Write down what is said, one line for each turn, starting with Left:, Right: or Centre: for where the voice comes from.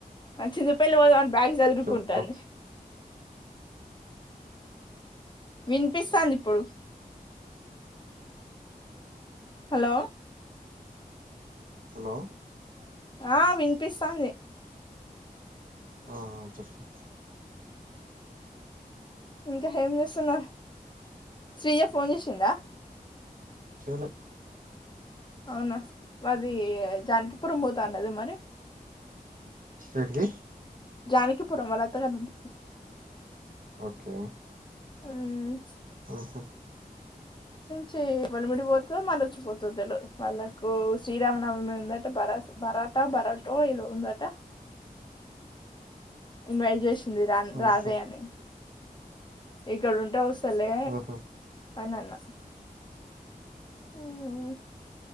Left: ఆ చిన్న పిల్ల వాళ్ళ నా బ్యాగ్ సదురుకుంటంది
Right: చెప్పు
Left: వినిపిస్తాంది ఇప్పుడు హలో
Right: హలో
Left: ఆ వినిపిస్తాంది
Right: ఆ చెప్పు
Left: ఇంకా ఏం చేస్తున్నారు శ్రియ ఫోన్ చేసిందా
Right: చేయలే
Left: అవునా అది జానకిపురం పోతా అన్నది మరి
Right: ఎడికి
Left: జానికిపురం వాళ్ళ అత్తగారింటికి
Right: ఓకే
Left: మ్మ్
Right: మ్ హు
Left: చీ ఒలిముడిపోత మళ్ళొచ్చిపోతదొ తెల్వదు వాళ్ళకు శ్రీరామనవమి ఉందంట బరాస బ పరాటా బరాటో ఏదో ఉంద అట ఇన్వైట్ చేసింది రా రావే
Right: ఆహా
Left: అని ఇక్కడ ఉంటే వస్ స్తలే
Right: ఆహా
Left: అని అన్న మ్